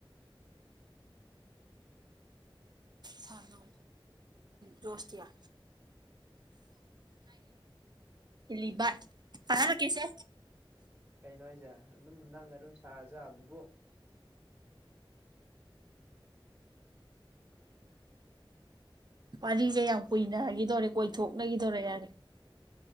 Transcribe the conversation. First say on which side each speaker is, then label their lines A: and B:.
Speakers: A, on the right; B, on the right.
A: ꯁꯅꯨ ꯗꯣꯁꯌꯥ ꯔꯤ ꯐꯔ ꯂ ꯀꯦꯁꯦ
B: ꯀꯩꯅꯣ ꯍꯥꯏꯁꯦ ꯑꯗꯨꯝ ꯅꯪ ꯑꯗꯨꯝ ꯁꯥꯔꯖꯥꯕꯗꯨꯕꯨ
A: ꯄꯁꯦ ꯌꯥꯝ ꯀꯨꯏꯅꯈꯤꯗꯧꯔꯦ ꯀꯣꯏꯊꯣꯛꯅꯈꯤꯗꯧꯔꯦ ꯌꯥꯔꯦ